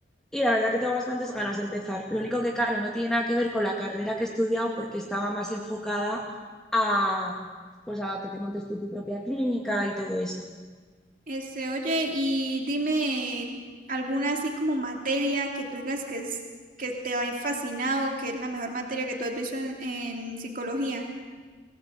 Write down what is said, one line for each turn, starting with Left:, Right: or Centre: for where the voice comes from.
Centre: y la verdad que tengo bastantes ganas de empezar. Lo único que, claro, no tiene nada que ver con la carrera que he estudiado porque estaba más enfocada a, pues a que te montes tú tu propia clínica y todo eso.
Right: Este, oye, y dime alguna así como materia que tú digas que es, que te ha fascinado, que es la mejor materia que tú has visto en, en psicología.